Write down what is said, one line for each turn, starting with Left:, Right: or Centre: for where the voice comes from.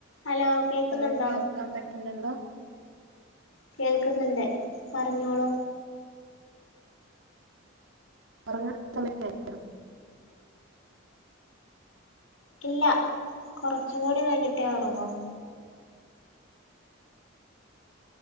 Left: hello കേക്കുന്നുണ്ടോ
Right: Hello കേൾക്കാൻ പറ്റുന്നുണ്ടോ
Left: കേൾക്കുന്നുണ്ട് പറഞ്ഞോളൂ
Right: ഉറങ്ങാൻ സമയായോ?
Left: ഇല്ല കൊറച്ചും കൂടി കഴിഞ്ഞിട്ടേ ഒറങ്ങൂ